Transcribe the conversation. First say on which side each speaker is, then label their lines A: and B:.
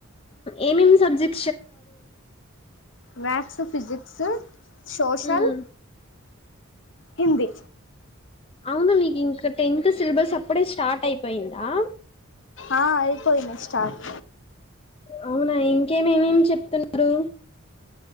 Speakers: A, on the left; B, on the left.
A: ఏమేమి సబ్జెక్ట్
B: మ్యాథ్స్, ఫిజక్స్, సోషల్
A: మ్
B: హిందీ
A: అవునా నీకు ఇంక టెన్త్ సిలబస్ అప్పుడే స్టార్ట్ అయిపోయిందా!
B: ఆ అయిపోయిన స్టార్ట్
A: అవునా ఇంకేమేమేమి చెప్తున్నారు